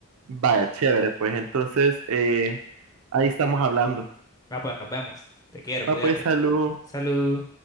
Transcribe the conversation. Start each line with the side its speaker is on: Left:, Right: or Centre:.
Right: Vaya, chévere, pues entonces eh, ahí estamos hablando.
Left: Va, pues nos vemos. Te quiero, cuídate.
Right: Va, pues salud.
Left: Salud.